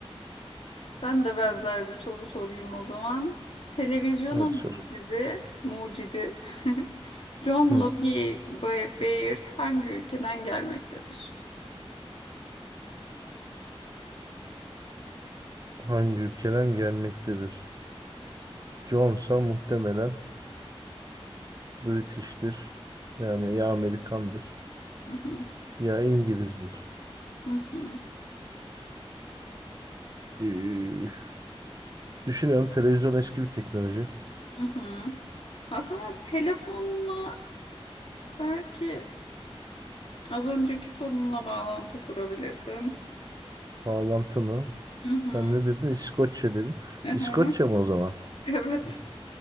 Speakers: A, on the left; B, on the right.
A: Ben de benzer bir soru sorayım o zaman. Televizyonun
B: Hadi
A: mucidi,
B: sor.
A: mucidi <laughs> John
B: Hı.
A: Logie Ba- Baird hangi ülkeden gelmektedir?
B: Hangi ülkeden gelmektedir? Johnsa muhtemelen British'tir. Yani ya Amerikandır
A: Hı hı.
B: ya İngilizdir.
A: Hı hı.
B: Ee, düşünüyorum televizyon eski bir teknoloji.
A: Hı hı. Aslında telefonla belki az önceki sorunla bağlantı kurabilirsin.
B: Bağlantı mı?
A: Hı hı.
B: Sen ne dedin? İskoçya dedin.
A: Aha.
B: İskoçya mı o zaman?
A: Evet.